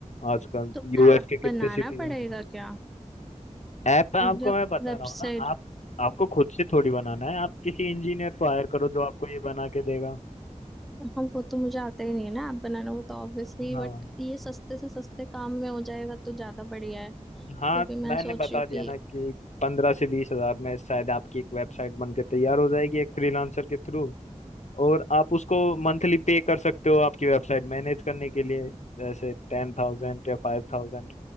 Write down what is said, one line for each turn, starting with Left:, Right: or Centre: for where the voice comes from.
Left: आजकल
Centre: तो
Left: यूएस
Centre: ऐप
Left: के कितने
Centre: बनाना
Left: सिटीजन
Centre: पड़ेगा क्या
Left: ऐप आपको
Centre: या
Left: मैं बता
Centre: वेबसाइट
Left: रहा हूँ ना आप आपको खुद से थोड़ी बनाना है आप किसी इंजीनियर को हायर करो जो आपको ये बना के देगा
Centre: हम वो तो मुझे आता ही नहीं है ना ऐप बनाना वो तो ऑब्वियसली
Left: हाँ
Centre: बट ये सस्ते से सस्ते काम में हो जाएगा तो ज्यादा बढ़िया है क्योंकि
Left: हाँ
Centre: मैं
Left: मैंने
Centre: सोच
Left: बता
Centre: रही हूँ
Left: दिया
Centre: कि
Left: ना कि पंद्रह से बीस हजार में शायद आपकी एक वेबसाइट बनकर तैयार हो जाएगी एक फ्रीलांसर के थ्रू और आप उसको मंथली पे कर सकते हो आपकी वेबसाइट मैनेज करने के लिए जैसे टेन थाउजेंड या फाइव थाउजेंड